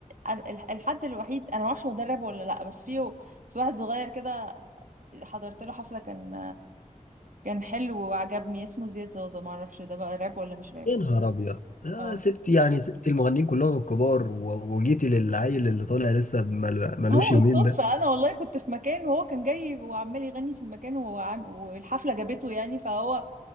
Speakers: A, on the right; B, on the left.
A: الح- الحد الوحيد انا ما اعرفش هو ده راب ولا لا بس فيه بس واحد صغير كده حضرت له حفله كان كان حلو وعجبني اسمه زياد زوزة ما اعرفش ده بقى راب ولا مش راب
B: يا نهار ابيض آه
A: اه
B: سبت يعني سبت المغنيين كلهم الكبار و- وجيتي للعيل اللي طالع لسه مل- ملوش
A: ما هو
B: يومين
A: بالصدفه
B: ده
A: انا والله كنت في مكان وهو كان جاي وعمال يغني في المكان وهو عام- والحفله جابته يعني فهو